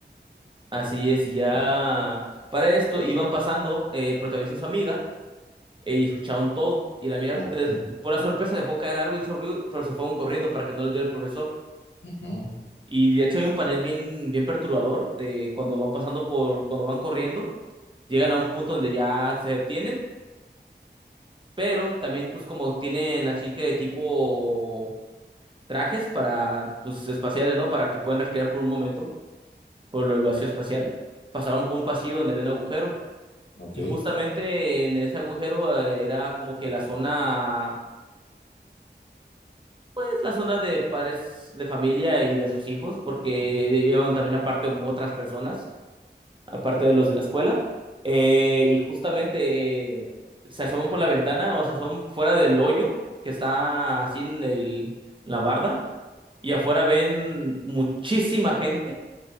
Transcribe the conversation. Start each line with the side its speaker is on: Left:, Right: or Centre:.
Right: Así es, y ya para esto iban pasando eh, el protagonista y su amiga eh, y escucharon todo. Y la amiga,
Left: Ok.
Right: de- por la sorpresa, dejó caer algo, hizo ruido, pero se fueron corriendo para que no les viera el profesor.
Left: ujú,
Right: Y de hecho hay un panel bien, bien perturbador de cuando van pasando por, cuando van corriendo, llegan a un punto donde ya se detienen, pero también pues como tienen así que tipo trajes para, pues espaciales, ¿no? Para que puedan respirar por un momento, por lo del vacío espacial. Pasaron por un pasillo donde había un agujero
Left: Ok.
Right: Y justamente en ese agujero eh, era como que la zona, es la zona de padres de familia y de sus hijos, porque iban también aparte otras personas, aparte de los de la escuela. Eh, y justamente eh, se asoman por la ventana o se asoman fuera del hoyo que está así en el, en la barda y afuera ven muchísima gente